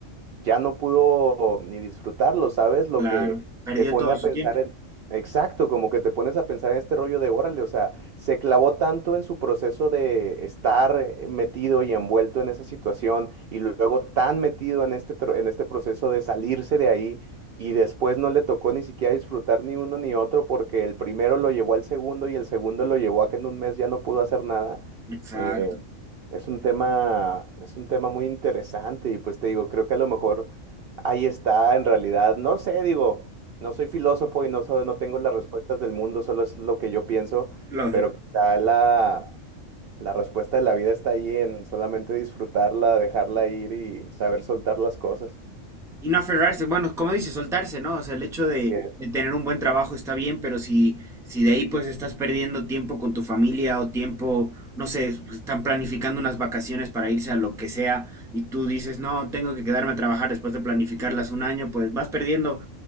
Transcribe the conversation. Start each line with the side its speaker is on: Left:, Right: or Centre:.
Right: ya no pudo ni disfrutarlo, ¿sabes? Lo
Centre: Claro,
Right: que
Centre: perdió
Right: te pone
Centre: todo
Right: a
Centre: su
Right: pensar
Centre: tiempo.
Right: en, exacto, como que te pones a pensar en este rollo de órale, o sea, se clavó tanto en su proceso de estar eh, metido y envuelto en esa situación y luego tan metido en este, tro- en este proceso de salirse de ahí. Y después no le tocó ni siquiera disfrutar ni uno ni otro porque el primero lo llevó al segundo y el segundo lo llevó a que en un mes ya no pudo hacer nada.
Centre: Exacto,
Right: eh, es un tema, es un tema muy interesante y pues te digo, creo que a lo mejor ahí está en realidad, no sé, digo, no soy filósofo y no soy- no tengo las respuestas del mundo, solo es lo que yo pienso,
Centre: lógico.
Right: pero quizá la, la respuesta de la vida está ahí en solamente disfrutarla, dejarla ir y saber soltar las cosas.
Centre: Y no aferrarse, bueno, como dices, soltarse, ¿no? O sea, el hecho de,
Right: Así es.
Centre: de tener un buen trabajo está bien, pero si, si de ahí pues estás perdiendo tiempo con tu familia o tiempo, no sé, están planificando unas vacaciones para irse a lo que sea y tú dices, no, tengo que quedarme a trabajar después de planificarlas un año, pues vas perdiendo